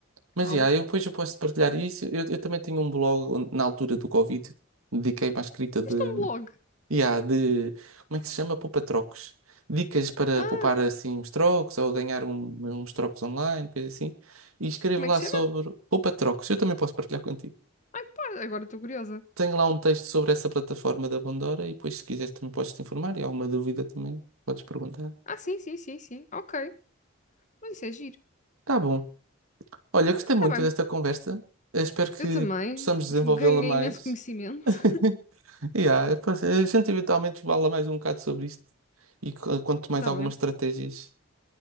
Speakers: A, on the right (about 80°); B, on the left (about 35°).
A: Mas
B: algo.
A: já, eu depois eu posso partilhar isso. Eu, eu também tenho um blog onde, na altura do Covid, dediquei-me à escrita de
B: Este é um blog.
A: E há de. Como é que se chama? Poupa-trocos. Dicas para
B: Ah,
A: poupar assim uns trocos ou ganhar um- uns trocos online, coisa assim. E escrevo
B: como
A: lá
B: é que se
A: sobre
B: chama?
A: poupa-trocos. Eu também posso partilhar contigo.
B: Ai, pá, agora estou curiosa.
A: Tenho lá um texto sobre essa plataforma da Bondora e depois, se quiseres, também podes te informar. E há alguma dúvida também, podes perguntar.
B: Ah, sim, sim, sim, sim, ok. Mas isso é giro.
A: Tá bom. Olha, gostei
B: Está
A: muito
B: bem,
A: desta conversa. Eu espero que
B: eu também
A: possamos desenvolvê-la
B: ganhei
A: mais.
B: imenso conhecimento.
A: <laughs> Yeah, a gente eventualmente fala mais um bocado sobre isto e co- conto mais
B: tá
A: algumas
B: bem.
A: estratégias